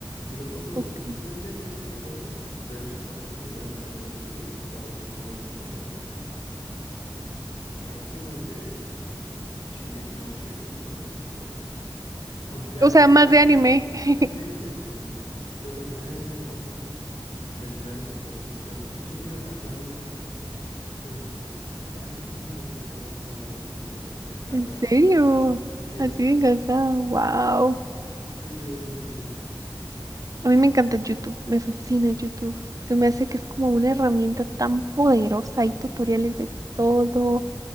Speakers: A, on the left; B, on the right.
A: Y lo pongo,
B: Ok.
A: bueno, ya casi no lo pongo, pero eso es lo que llegaba a poner en YouTube, o a veces pongo así como de resumen de Shingeki no Kyojin, ¿no? Este, aunque ya
B: O
A: sé
B: sea,
A: qué
B: más
A: pasa,
B: de anime. <laughs>
A: sí, este, cosas de anime o escenarios hipotéticos de qué hubiera pasado, este, si Anakin no se hubiera vuelto al lado oscuro, así de Star
B: ¿En
A: Wars,
B: serio?
A: ¿no? Sí,
B: Así de enganchada. Wow.
A: tú qué ves en YouTube.
B: A mí me encanta YouTube. Me fascina YouTube. Se me hace que es como una herramienta tan poderosa. Hay tutoriales de todo.